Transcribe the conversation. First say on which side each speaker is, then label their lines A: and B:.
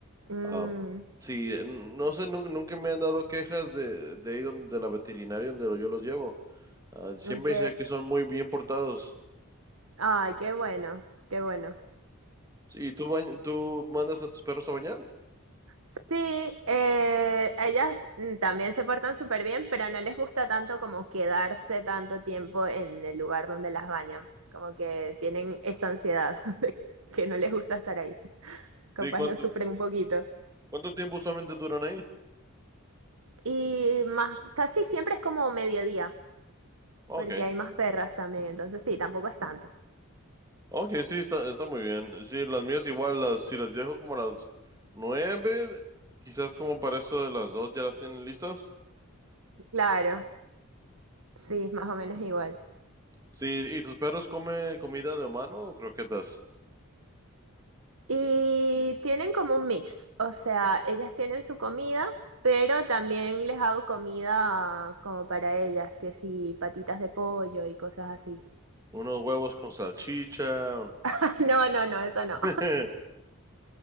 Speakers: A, on the right (about 75°); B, on the right (about 15°).
A: Mm,
B: Ah, sí, n- no sé, nun- nunca me han dado quejas de, de ahí donde, de la veterinaria donde lo- yo los llevo. Ah, siempre
A: ok.
B: sé que son muy bien portados.
A: Ay, qué bueno, qué bueno.
B: Sí, ¿tú, bañ- tú mandas a tus perros a bañar?
A: Sí, eh, ellas mm, también se portan súper bien, pero no les gusta tanto como quedarse tanto tiempo en el lugar donde las bañan. Como que tienen esa ansiedad <laughs> de que no les gusta estar ahí. Capaz
B: Sí, ¿cuánto,
A: lo sufren un poquito.
B: cuánto tiempo usualmente duran ahí?
A: Y más, casi siempre es como mediodía,
B: Ok.
A: porque hay más perras también, entonces sí, tampoco es tanto.
B: Ok, sí, está, está muy bien. Sí, las mías igual, las, si las dejo como a las nueve, quizás como para eso de las dos ya las tienen listas.
A: Claro, sí, es más o menos igual.
B: Sí, ¿y tus perros comen comida de humano o croquetas?
A: Y tienen como un mix, o sea, ellas tienen su comida, pero también les hago comida como para ellas, que sí, patitas de pollo y cosas así.
B: Unos huevos con salchicha. un-
A: <laughs> No, no, no, eso no.
B: <laughs>